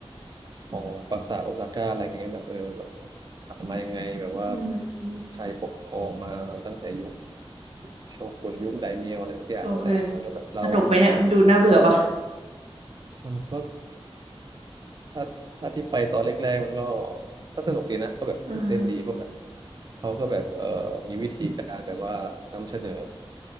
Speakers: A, on the right; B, on the right.
A: ของปราสาทโอซาก้าอะไรอย่างเงี้ยแบบเออแบบผ่านมายังไงแบบว่า
B: อืม
A: ใครปกครองมาตั้งแต่ยุคโชกุนยุคไดเมียวอะไรสักอย่างนั่นแหละแล้วก็แบบเล่ามาอะไรอย่าง
B: โอเค สนุกไหมเนี่ยมันดูน่าเบื่อปะ
A: มันก็ ถ้าถ้าที่ไปตอนแรกๆมันก็ก็สนุกดีนะก็แบบตื่นเต้นดีเพราะแบบ
B: อืม
A: เขาก็แบบเอ่อมีวิธีการแบบว่านำเสนอ